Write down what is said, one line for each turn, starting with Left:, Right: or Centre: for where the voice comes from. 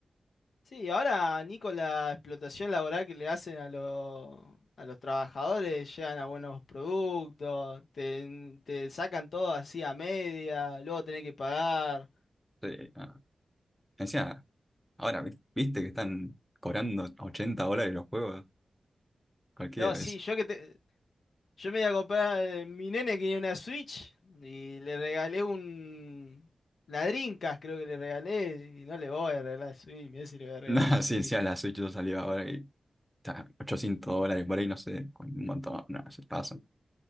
Left: Sí, ahora ni con la explotación laboral que le hacen a los, a los trabajadores, llegan a buenos productos, te, te sacan todo así a media, luego tenés que pagar.
Centre: Sí, ah. Encima Ahora, vi- viste que están cobrando 80 dólares los juegos, cualquiera
Left: No, sí,
Centre: es.
Left: yo que te, Yo me iba a comprar, eh, mi nene quería una Switch y le regalé un... La Dreamcast creo que le regalé y no le voy a regalar Switch, mirá si le
Centre: <laughs>
Left: voy a regalar
Centre: Nada,
Left: Switch.
Centre: sí, sí, a la Switch yo salió ahora y está 800 dólares por ahí, no sé, con un montón, nada, se pasan.